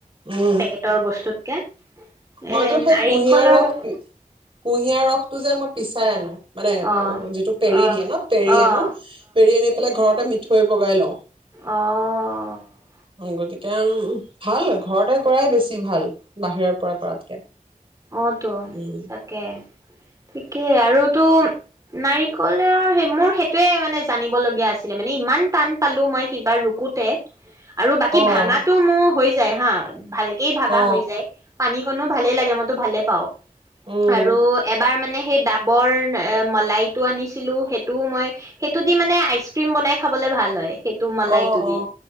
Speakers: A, on the right (about 40°); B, on the right (about 25°).
A: উম
B: পেকেটৰ বস্তুতকে।
A: মইতো
B: এ
A: সেই
B: নাৰিকলৰ
A: কুঁহিয়াৰ ৰস
B: বাৰু
A: পি কুঁহিয়াৰ ৰসটো যে মই পিচাই আনো। মানে
B: অ',
A: যিটো পেৰি
B: অ',
A: দিয়ে ন পেৰি
B: অ',
A: আনো পেৰি আনি পেলাই ঘৰতে মিঠ থৈ বগাই লওঁ।
B: অহ।
A: গতিকে ভাল, ঘৰতে কৰাই বেছি ভাল। বাহিৰৰ পৰা কৰাতকে।
B: অ'তো,
A: উম
B: তাকে ঠিকেই আৰু টোম নাৰিকলৰ হেই মোৰ সেইটোয়ে মানে জানিবলগীয়া আছিলে মানে ইমান টান পালোঁ মই সিবাৰ ৰুকোতে। আৰু বাকী
A: অ
B: ভাঙাটো মোৰ হৈ যায় হা ভালকেই ভাগা
A: অ
B: হৈ যায়। পানীকণো ভালেই লাগে, মইতো ভালে পাওঁ।
A: উম
B: আৰু এবাৰ মানে সেই ডাবৰ এহ, মলাইটো আনিছিলোঁ সেইটোও মই, সেইটো দি মানে আইচক্ৰীম বনাই খাবলৈ ভাল হয়। সেইটো মলাইটো
A: অ
B: দি।
A: অ